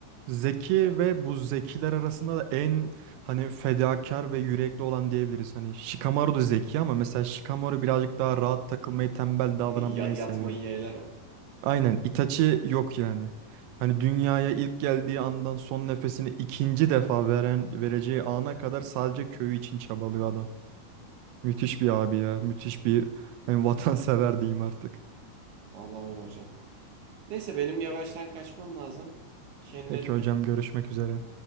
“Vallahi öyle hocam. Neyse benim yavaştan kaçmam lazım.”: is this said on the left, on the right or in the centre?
Right